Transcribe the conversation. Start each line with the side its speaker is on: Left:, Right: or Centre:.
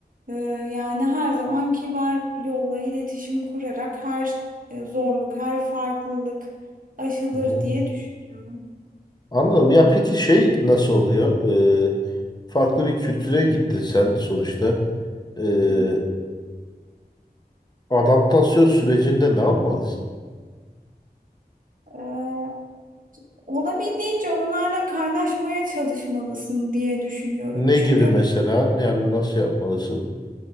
Right: E, yani her zaman kibar yolla iletişim kurarak her e, zorluk, her farklılık aşılır
Left: Hı hı.
Right: diye düşünüyorum.
Left: Anladım. Ya peki şey nasıl oluyor? Ee, farklı bir kültüre gittin sen sonuçta. Ee,
Right: Hı
Left: adaptasyon sürecinde ne yapmalısın?
Right: hı. E, olabildiğince onlarla kaynaşmaya çalışmalısın diye düşünüyorum.
Left: Ne
Right: Çünkü
Left: gibi mesela? Yani nasıl yapmalısın?